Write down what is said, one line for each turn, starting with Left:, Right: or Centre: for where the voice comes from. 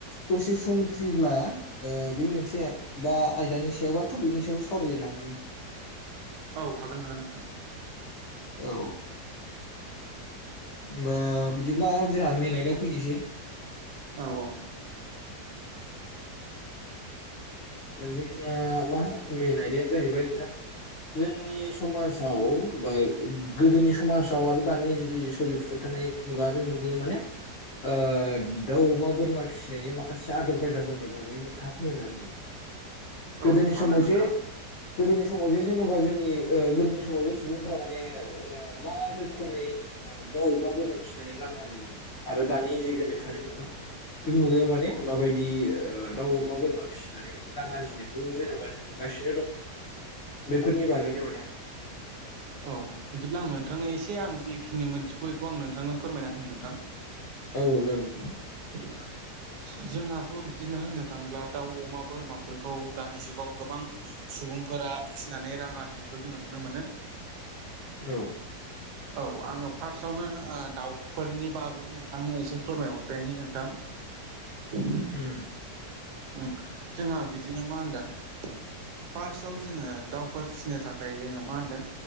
Left: दसे सम फ्रिब्ला ओ बे मोनसे बा आयदानि सायाव बा टपिकनि सायाव सावरायलायनो हागोन नोंथां।
Right: औ हागोन हागोन नोंथां।
Left: औ। होमबा बिदिब्ला जोंहा मेन आयदायाव फैनोसै।
Right: औ औ।
Left: जोंना मा होनो मेन आयदायानो जाहैबाय नोंथां जोंनि समाजाव बा गोदोनि समाजाव आरो दानि जि सोलिफुबाय थानाय मुगा बे मुगायाव माने ओ दाउ अमा बोरमा फिसिनायनि माखासे आदब खायदाफोरनि बागै नोंथाङा फोरमायनो हागोन नामा?
Right: औ
Left: गोदोनि
Right: हागोन
Left: समाव
Right: नोंथां
Left: जे गोदोनि समाव जे जेनेबा जोंनि ओ गोदोनि समाव जे सुबुंफ्रा माने ओ मा रोखोमै ओ दाउ अमा बोरमा फिसिनानै रां आरजियो। आरो दानि जि गोनोखोआरि मुगा बे मुगायाव माने माबायदि ओ दाउ अमा बोरमा फिसिनानै रां आरजिनायखौ जेनेबा जों नुगासिनो दं बेफोरनि बागैनो माने।
Right: औ बिदिब्ला आं नोंथांनो
Left: औ
Right: एसे आं जिखिनि मोनथिगौ एखौ आं नोंथांनो फोरमायना होनि नोंथां।
Left: औ जागोन नोंथां।
Right: <inaudible> जोंहाथ' बिदिनो होननो थाङोब्ला दाउ अमा बोरमाफोरखौ दानि जुगाव गोबां सुबुंफोरा फिनानै रां आरजिनायखौ जोङो नुनो मोनो।
Left: औ।
Right: औ आङो फार्स्टआवनो ओ दाउफोरनि बागै नोंथांनो एसे फोरमाय हरग्रोनि नोंथां। <inaudible>
Left: उम।
Right: उम जोङो बिदिनो मा होनदों? फार्साव जोङो दाउफोर फिसिनो थाखाय जोङो मा होनदों?